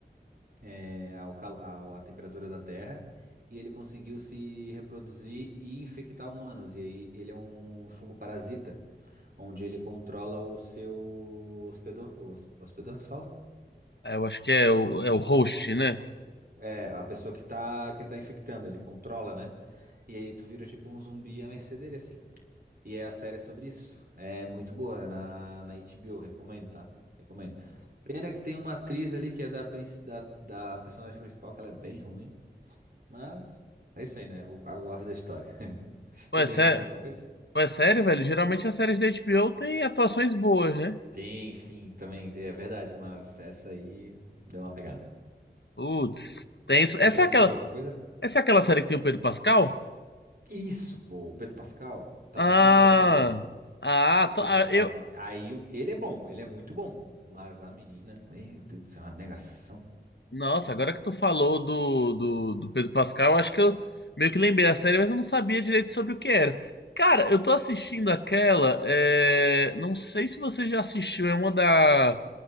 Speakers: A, on the right; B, on the left.
A: é, ao cal... ao- à temperatura da Terra e ele conseguiu se reproduzir e infectar humanos. E aí ele é um fungo parasita. onde ele controla o seu hospedor, o hos- hospedor que se fala?
B: É, eu acho que é o, é o host, né?
A: É, a pessoa que tá, que ele tá infectando, ele controla, né? E aí tu vira tipo um zumbi à mercê dele, assim. E é a série é sobre isso. É muito boa, é na, na HBO, recomendo, tá? Recomendo. Pena que tem uma atriz ali que é da, princi- da, da personagem principal, que ela é bem ruim, mas é isso aí, né? Eu, eu gosto da história. <laughs>
B: Pô,
A: Tu
B: é,
A: tem
B: sé...
A: assistido alguma coisa?
B: Pô, é sério, velho? Geralmente as séries da HBO têm atuações boas, né?
A: Sim, sim, também é verdade, mas essa aí deu uma pegada.
B: Putz, tem isso.
A: Tu
B: Essa
A: tem
B: é
A: assistido
B: aquela,
A: alguma coisa?
B: essa é aquela série que tem o Pedro Pascal?
A: Isso, pô, o Pedro Pascal. Tava
B: Ah,
A: tentando lembrar do nome dele.
B: ah, to-
A: Pedro
B: ah,
A: Pascal.
B: eu...
A: Aí o- ele é bom, ele é muito bom. Mas a menina, meu Deus do céu, é uma negação.
B: Nossa, agora que tu falou do, do, do Pedro Pascal, eu acho que eu meio que lembrei da série, mas eu não sabia direito sobre o que era. Cara, eu tô assistindo aquela. é, Não sei se você já assistiu, é uma da.